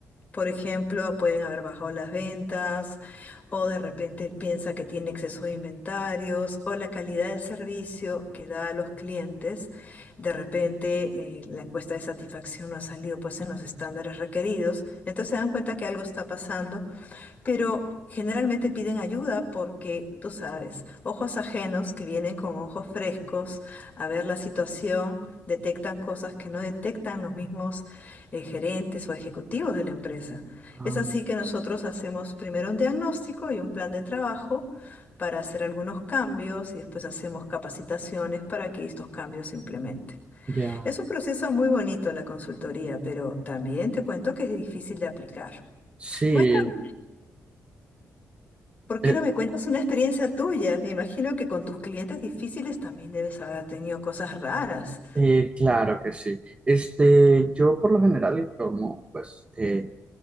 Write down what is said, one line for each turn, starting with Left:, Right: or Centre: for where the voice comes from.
Left: Por ejemplo, pueden haber bajado las ventas o de repente piensa que tiene exceso de inventarios o la calidad del servicio que da a los clientes. De repente eh, la encuesta de satisfacción no ha salido pues en los estándares requeridos. Entonces se dan cuenta que algo está pasando Pero generalmente piden ayuda porque, tú sabes, ojos ajenos que vienen con ojos frescos a ver la situación, detectan cosas que no detectan los mismos eh, gerentes o ejecutivos de la empresa.
Right: Ah,
Left: Es así que nosotros hacemos primero un diagnóstico y un plan de trabajo para hacer algunos cambios y después hacemos capacitaciones para que estos cambios se implementen.
Right: ya.
Left: Es un proceso muy bonito la consultoría, pero también te cuento que es difícil de aplicar.
Right: Sí,
Left: Cuéntame. ¿Por qué
Right: eh,
Left: no me cuentas una experiencia tuya? Me imagino que con tus clientes difíciles también debes haber tenido cosas raras.
Right: eh, claro que sí. Este, yo por lo general, como pues, eh,